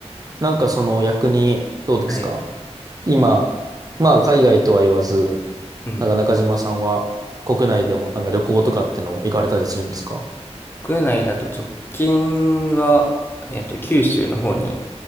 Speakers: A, on the right (about 35°); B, on the left (about 20°).
A: なんかその逆にどうですか
B: はい。
A: 今、まあ海外とは言わず、
B: うん。
A: なんか中島さんは国内でもなんか旅行とかってのは行かれたりするんですか
B: 国内だと直近は、えっと、九州の方に